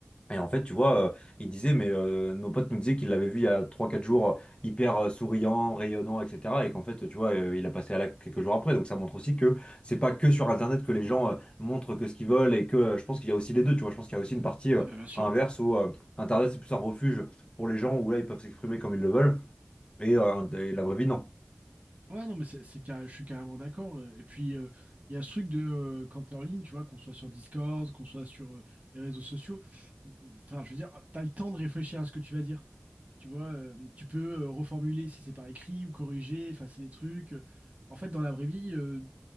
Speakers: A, on the left; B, on the right.
A: Et en fait, tu vois, euh, il disait, mais euh, nos potes nous disaient qu'il l'avait vu il y a trois quatre jours, euh, hyper euh, souriant, rayonnant, etc. Et qu'en fait, tu vois, euh, il a passé à l'acte quelques jours après. Donc ça montre aussi que c'est pas que sur Internet que les gens euh, montrent que ce qu'ils veulent et que euh, je pense qu'il y a aussi les deux, tu vois. Je pense qu'il y a aussi une partie
B: Ah,
A: euh,
B: bah, bien sûr.
A: inverse où euh, Internet, c'est plus un refuge pour les gens où là, ils peuvent s'exprimer comme ils le veulent. Et, euh, et la vraie vie, non.
B: Ouais, non, mais c'est, c'est carré- je suis carrément d'accord. euh, Et puis, euh, il y a ce truc de euh, quand t'es en ligne, tu vois, qu'on soit sur Discord, qu'on soit sur euh, les réseaux sociaux, il- enfin, je veux dire, t'as le temps de réfléchir à ce que tu vas dire. Tu vois, euh, tu peux euh, reformuler si c'est par écrit ou corriger, effacer des trucs. euh, En fait, dans la vraie vie, euh,